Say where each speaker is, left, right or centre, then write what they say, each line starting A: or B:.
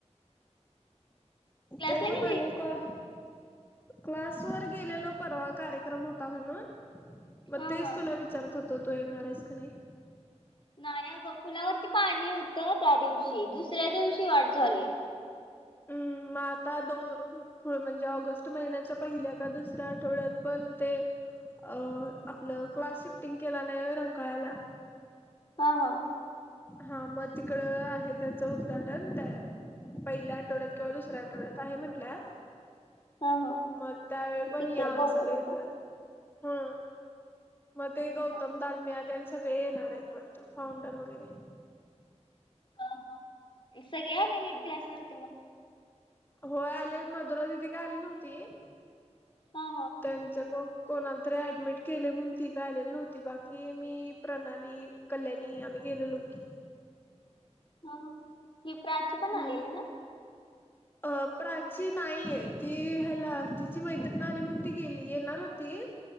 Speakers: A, on the left; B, on the left.
A: क्लासला
B: ते पण
A: गेलेली
B: आहे काय? क्लासवर गेलेलो परवा कार्यक्रम होता म्हणून. मग
A: हा
B: तेच
A: हा
B: तुला विचारत होतो, तू येणार आहेस की नाही.
A: नाही आगं पुलावरती पाणी होतं, त्या दिवशी दुसऱ्या दिवशी वाट झाली.
B: अमं मग आता दोन, हं.. पुढं म्हणजे ऑगस्ट महिन्याच्या पहिल्या का दुसऱ्या आठवड्यात, पण ते अ आपलं क्लास शिफ्टिंग केला नाही व्हय रंकाळ्याला‌.
A: हा हा.
B: हा मग तिकडं आहे त्याचं उद्घाटन. त्या पहिल्या आठवड्यात किंवा दुसऱ्या आठवड्यात आहे म्हंटल्यात.
A: हा हा.
B: मग त्यावेळी पण
A: तिकडे
B: या
A: बोलवलं
B: सगळी जण
A: का
B: हा. मग ते
A: हा,
B: गौतम
A: हा.
B: दालमिया तेन सगळे येणार आहेत वाटतं फाउंडर वगैरे.
A: हा, हा. सगळे आलेलीत
B: हम्म
A: क्लासवरती मग.
B: होय आलोय, मधुरा दिदी काय आली नव्हती.
A: हा हा.
B: त्यांच्या को-कोणाला तरी ॲडमिट केलंय म्हणून ती काय आलेली नव्हती. बाकी मी, प्रणाली कल्याणी आम्ही गेलेलो की.
A: हां हां ही प्राची
B: हम्म
A: पण आलेली ना,
B: अ प्राची नाहीये. ती ह्याला तिची मैत्रिण आली म्हणून ती गेली, येणार होती.